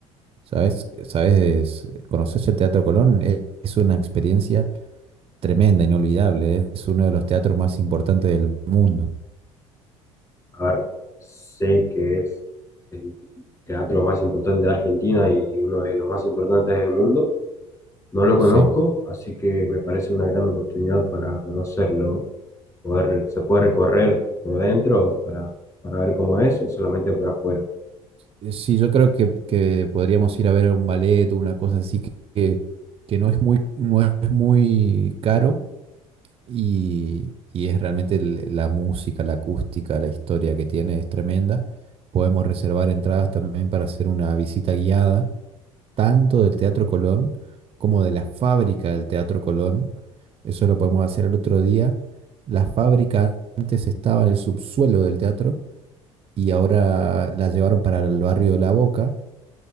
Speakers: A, on the right; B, on the left.
A: ¿Sabes? ¿Sabes? ¿Conoces el Teatro Colón? Es es una experiencia tremenda, inolvidable. ¿eh? Es uno de los teatros más importantes del mundo.
B: a ver, sé que es el teatro más importante de Argentina y uno de los más importantes del mundo, No lo conozco,
A: Sí.
B: así que me parece una gran oportunidad para conocerlo, poder, se puede recorrer por dentro para, para ver cómo es o solamente por afuera.
A: Eh, Sí, yo creo que, que podríamos ir a ver un ballet o una cosa así que, que, que no es muy, no es muy caro y, y es realmente el- la música, la acústica, la historia que tiene es tremenda. Podemos reservar entradas también para hacer una visita guiada, tanto del Teatro Colón como de la fábrica del Teatro Colón. Eso lo podemos hacer el otro día. La fábrica antes estaba en el subsuelo del teatro y ahora la llevaron para el barrio de La Boca.